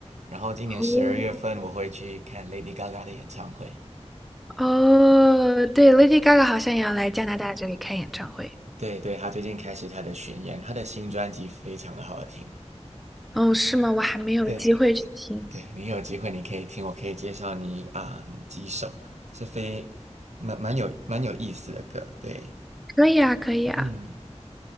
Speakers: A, on the right; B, in the centre.
A: 然后今年十二月份我会去看
B: 哦。
A: Lady Gaga 的演唱会。
B: 哦，对，Lady Gaga 好像也要来加拿大这里开演唱会。
A: 对对，她最近开始她的巡演，她的新专辑非常的好听。
B: 哦，是吗？我还没有机会去听。
A: 对对，你有机会你可以听，我可以介绍你啊、嗯几首是非蛮蛮有蛮有意思的歌。对，
B: 可以啊，可以啊。
A: 嗯。